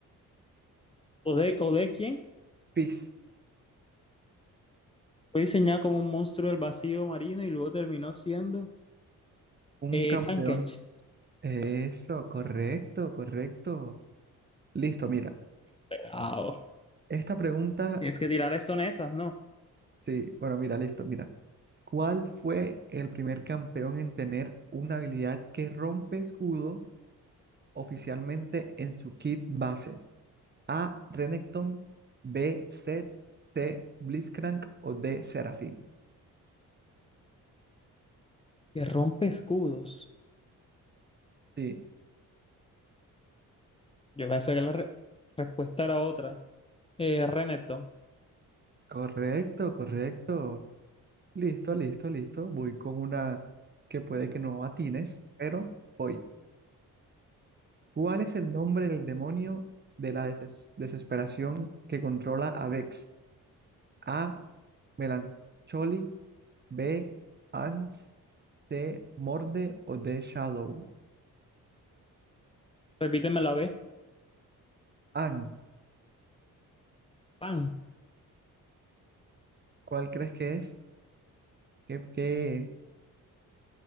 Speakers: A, on the left (about 15°); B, on the right (about 25°).
A: ¿Ode, Ode quién?
B: Fix,
A: Fue diseñado como un monstruo del vacío marino y luego terminó siendo
B: un
A: eh,
B: campeón
A: Tankench.
B: Eso, correcto, correcto. Listo, mira.
A: Pelado.
B: Esta pregunta,
A: Tienes que tirar son esas, ¿no?
B: sí, bueno, mira, listo, mira. ¿Cuál fue el primer campeón en tener una habilidad que rompe escudo oficialmente en su kit base? A. Renekton, B. Zed, C. Blitzcrank o D. Seraphine.
A: Que rompe escudos.
B: Sí,
A: Yo pensé que la re- respuesta era otra. Eh, Renekton.
B: correcto, correcto. Listo, listo, listo. Voy con una que puede que no atines, pero voy. ¿Cuál es el nombre del demonio de la deses- desesperación que controla a Vex? A. Melancholy. B. Ans. C. Morde o D. Shadow.
A: Repíteme la B.
B: An.
A: Pan.
B: ¿Cuál crees que es? ¿Qué, qué?